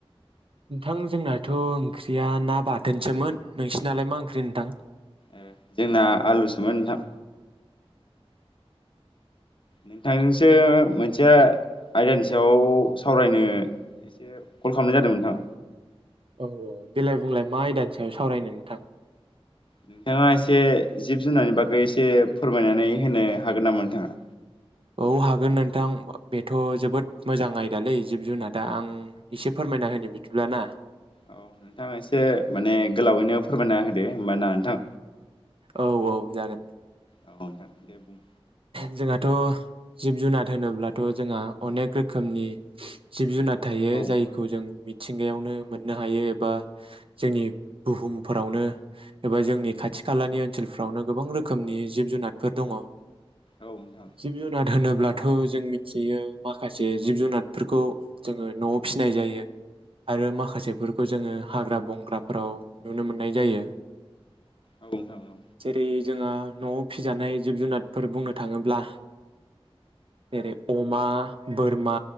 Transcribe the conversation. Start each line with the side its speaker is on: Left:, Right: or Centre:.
Right: नोंथां जोंनाथ' ओंख्रिया ना बाथोनसोमोन नोंसिनालाय मा ओंख्रि नोंथां
Left: एह जोंना आलुसोमोन नोंथां नोंथांजोंसो मोनसे आयदानि सायाव सावरायनो एसे कल खालामनाय जादोंमोन नोंथां
Right: औ औ देलाय बुंलाय मा आयदानि सायाव सावरायनो नोंथां
Left: नोंथाङा एसे जिब जुनारनि बागै एसे फोरमायनानै होनो हागोन नामा नोंथाङा
Right: औ हागोन नोंथां बेथ' जोबोद मोजां आयदालै जिब जुनादा आं एसे फोरमायना होनो बिदिब्ला ना
Left: औ नोंथां एसे माने गोलावैनो फोरमायना होदो होमबा ना नोंथां
Right: औ औ जागोन
Left: औ नोंथां दे बुं
Right: जोंहाथ' जिब जुनार होनोब्लाथ' जोंहा अनेक रोखोमनि जिब जुनार थायो
Left: औ नोंथां
Right: जायखौ जों मिथिंगायावनो मोननो हायो एबा जोंनि बुहुमफोरावनो एबा जोंनि खाथि खालानि ओनसोलफोरावनो गोबां रोखोमनि जिब जुनारफोर दङ
Left: औ नोंथां
Right: जिब जुनार होनोब्लाथ' जों मिथियो माखासे जिब जुनारफोरखौ जोङो न'आव फिसिनाय जायो आरो माखासेफोरखौ जोङो हाग्रा बंग्राफोराव नुनो मोननाय जायो
Left: औ नोंथां औ
Right: जेरै जोंहा न'आव फिजानाय जिब जुनार फोर बुंनो थाङोब्ला जेरै अमा बोरमा